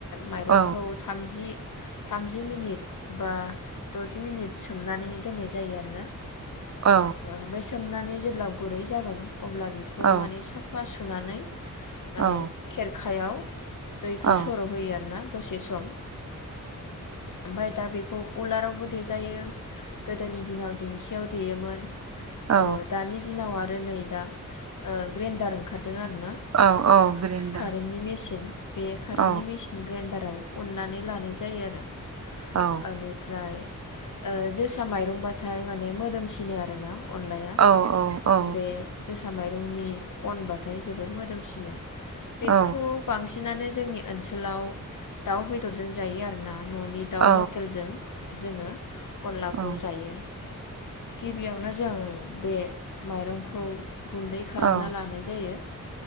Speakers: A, on the left; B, on the right.
A: माइरंखौ
B: औ
A: थामजि थामजि मिनिट बाद दजि मिनिट सोमनानै दोननाय जायो आरोना
B: औ
A: ओमफ्राय सोमनानै जेब्ला गुरै जागोन अब्ला बेखौ
B: औ
A: माने साफा सुफ होनानै माने
B: औ
A: खेरखायाव दैखौ
B: औ
A: सर' होयो आरोना दसे सम ओमफाय दा बेखौ उलारावबो दे जायो गोदोनि दिनाव दिंखि देयोमोन
B: औ
A: ओ दानि दिनाव नै दा ओ ग्रेनदार ओंखार दों आरो ना
B: औ औ ग्रेन्डार
A: कारेन्टनि मेसिन बे कारेन्टनि
B: औ
A: मेसिन ग्रेनडाराव उननानै लानाय जायो आरो
B: औ
A: ओनिफ्राय ओ जोसा माइरंबाथाय माने मोदोमसिनो आरो ना। अनलाया
B: औ औ
A: बे माइरंनि अनबाथाय जोबोद मोदोमसिनो। बेखौ
B: औ
A: बांसिन नानो जोंनि ओनसोलाव दाउ बेदरजों जायो आरो ना। न'नि दाउ
B: औ
A: लकेलजों जोङो। अनलाखौ
B: औ
A: जायो। गिबियावनो जों बे माइरंखौ। गुन्दै खालामना
B: औ
A: लानाय जायो।